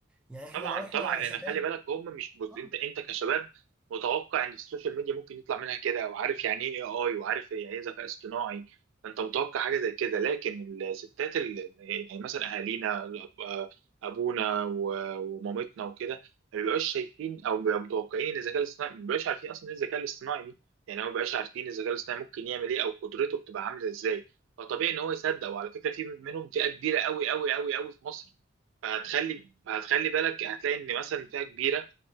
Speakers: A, in the centre; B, on the right.
A: يعني احنا
B: طبعا
A: لو احنا
B: طبعا لان
A: شباب
B: خلي بالك هم مش بص
A: آه،
B: انت انت كشباب متوقع ان السوشيال ميديا ممكن يطلع منها كده وعارف يعني ايه اي اي، وعارف يعني ايه ذكاء اصطناعي فانت متوقع حاجه زي كده لكن الستات ال- يعني مثلا اهالينا الأب- ابونا و- ومامتنا وكده ما بيبقاش شايفين او بيبقوا متوقعين الذكاء الاصطناعي ما بيبقاش عارفين اصلا ايه الذكاء الاصطناعي دي يعني هو ما بيبقاش عارفين الذكاء الاصطناعي ممكن يعمل ايه او قدرته بتبقى عامله ازاي فطبيعي ان هو يصدق وعلى فكره في منهم فئه كبيره قوي قوي قوي قوي في مصر فهتخلي هتخلي بالك هتلاقي ان مثلا فئه كبيره